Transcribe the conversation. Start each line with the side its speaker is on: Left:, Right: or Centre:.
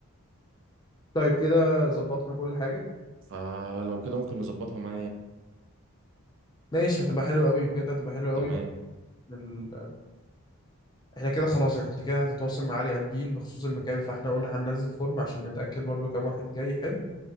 Left: طيب كده ظبطنا كل حاجة
Right: فلو كده ممكن نظبطها معايا
Left: ماشي هتبقى حلوة أوي بجد هتبقى حلوة أوي
Right: تمام
Left: ال... احنا كده خلاص يعني انت كده هتتواصل مع علي قنديل بخصوص المكان فاحنا قلنا هننزل فورم عشان نتأكد برضو كام واحد جاي حلو